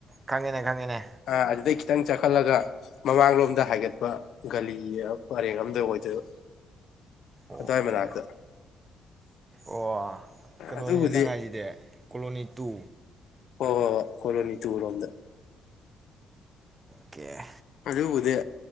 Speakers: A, on the right; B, on the left.
A: ꯈꯪꯉꯦꯅꯦ ꯈꯪꯉꯦꯅꯦ
B: ꯑ ꯑꯗꯨꯗꯩ ꯈꯤꯇꯪ ꯆꯠꯈꯠꯂꯒ ꯃꯃꯥꯡꯂꯣꯝꯗ ꯍꯥꯏꯒꯠꯄ ꯒꯂꯤ ꯄꯔꯦꯡ ꯑꯝꯗ ꯑꯣꯏꯗꯣꯏꯕ
A: ꯑꯣꯀꯦ
B: ꯑꯗꯨꯋꯥꯏ ꯃꯅꯥꯛꯇ
A: ꯑꯣ ꯀꯩꯅꯣꯅꯤꯅꯦ
B: ꯑꯗꯨꯕꯨꯗꯤ
A: ꯅꯪ ꯍꯥꯏꯖꯤꯗꯤ ꯀꯣꯂꯣꯅꯤ ꯇꯨ
B: ꯋꯥ ꯋꯥ ꯋꯥ ꯀꯣꯂꯣꯅꯤ ꯇꯨ ꯔꯣꯝꯗ
A: ꯀꯦ
B: ꯑꯗꯨꯕꯨꯗꯤ